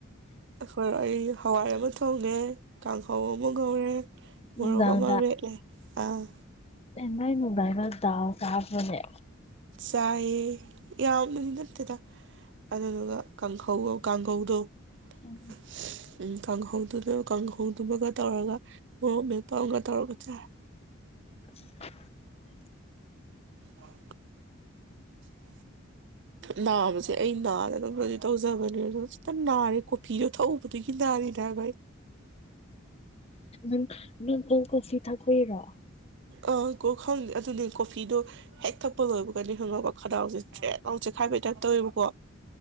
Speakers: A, on the right; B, on the left.
A: ꯍꯣꯏ ꯑꯩ ꯍꯋꯥꯏ ꯑꯃ ꯍꯣꯏꯅꯦ ꯀꯥꯡꯍꯧ ꯑꯃ ꯉꯧꯔꯦ ꯃꯣꯔꯣꯛ
B: ꯅꯨꯡꯗꯥꯡꯗ
A: ꯑꯃ ꯃꯦꯠꯂꯦ꯫ ꯑꯥ꯫
B: ꯑꯦ ꯅꯣꯏ ꯅꯨꯡꯗꯥ <unintelligible> ꯑꯗꯨꯅ
A: ꯆꯥꯏꯌꯦ ꯌꯥꯝꯅꯗꯤ ꯅꯠꯇꯦꯗ ꯑꯗꯨꯗꯨꯒ ꯀꯥꯡꯈꯧ ꯀꯥꯡꯈꯧꯗꯣ
B: ꯎꯝ
A: <inaudible> ꯎ ꯀꯥꯡꯍꯧꯗꯨꯅ ꯀꯥꯡꯍꯧꯗꯨꯃꯒ ꯇꯧꯔꯒ ꯃ ꯃꯄꯥ ꯑꯃꯒ ꯇꯧꯔꯒ ꯆꯥꯏ
B: <inaudible>
A: ꯑ <inaudible> ꯅꯥꯕꯁꯦ ꯑꯩ ꯅꯥꯔꯒꯕꯗꯤ ꯇꯧꯖꯕꯅꯦ ꯑ ꯈꯤꯇꯪ ꯅꯥꯔꯦ ꯀꯣꯐꯤꯗꯣ ꯊꯛꯎꯕꯗꯒꯤ ꯅꯥꯔꯤꯦꯅꯦ ꯍꯥꯏꯕ ꯑꯩ
B: ꯎ ꯅꯪꯕꯨꯣꯡ ꯀꯣꯐꯤ ꯊꯥꯀꯨꯏꯔꯣ
A: ꯑ ꯀ ꯈꯪ ꯑꯗꯨꯗꯤ ꯀꯣꯐꯤꯗꯣ ꯍꯦꯛ ꯊꯛꯄ ꯂꯣꯏꯕ ꯑꯩꯈꯣꯏꯅ ꯈꯪꯉꯒ ꯈꯗꯥꯎꯁꯦ ꯆꯦꯛ ꯂꯥꯎ ꯆꯦꯛꯈꯥꯏꯕꯩ ꯇꯥꯏꯞ ꯇꯧꯦꯕꯀꯣ